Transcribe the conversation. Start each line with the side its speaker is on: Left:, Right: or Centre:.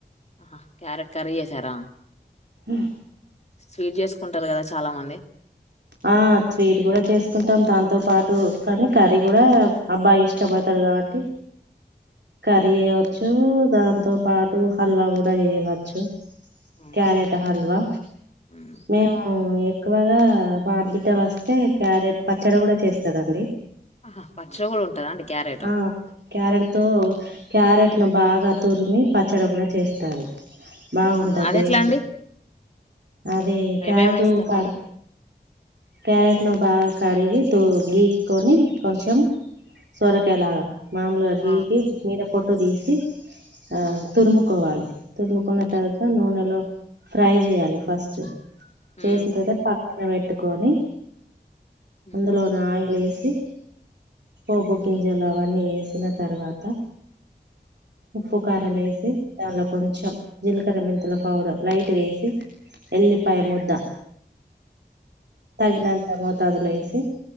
Left: ఆ క్యారెట్ కర్రీ చేసారా
Right: హ
Left: స్వీట్ చేసుకుంటారు కదా చాలా మంది
Right: ఆ స్వీట్ కూడా చేసుకుంటాం దాతో పాటు కానీ కర్రీ కూడా అబ్బాయి ఇష్టపడతాడు కాబట్టి కర్రీ చేయవచ్చు దాంతో పాటు హల్వా కూడా చేయవచ్చు
Left: ఆహా
Right: క్యారెట్ హల్వా
Left: మ్మ్.
Right: మేము ఎక్కువగా మా ఆడబిడ్డ వస్తే క్యారెట్ పచ్చడి కూడా చేస్తదండి
Left: ఆహా పచ్చల కూడా ఉంటదా అండి క్యారెటు
Right: ఆ క్యారెట్ తో క్యారెట్ ను బాగా తురిమి పచ్చడి కూడా చేస్తారు. బాగుంటది
Left: అవునా అది
Right: టేస్ట్
Left: ఎట్లా అండి
Right: అది క్యారెట్
Left: ఏమేమి వేస్తారు
Right: క
Left: మరి
Right: క్యారెట్ ట్ ను బాగా కడిగి తూ గీక్కొని కొంచెం సొరకాయలాగా. మాములు అగి
Left: ఆ
Right: ఇర పొట్టు తీసి
Left: ఉమ్
Right: ఆ తురుముకోవాలి. తురుముకున్న
Left: ఉమ్
Right: తర్వాత నూనెలో ఫ్రై చేయాలి ఫస్ట్.
Left: ఉమ్
Right: చేసిందిద ప అవి పెట్టుకొని
Left: ఉమ్
Right: అందులో నా ఆయలేసి ఒక గింజలవన్నీ వేసిన తర్వాత త ఉప్పు కారమేసి
Left: ఉమ్
Right: దానిలో కొంచెం జీలకర్ర మెంతుల పౌడర్ లైట్గా వేసి ఎల్లిపాయ ముద్ద తగినంతగా దిలో వేసి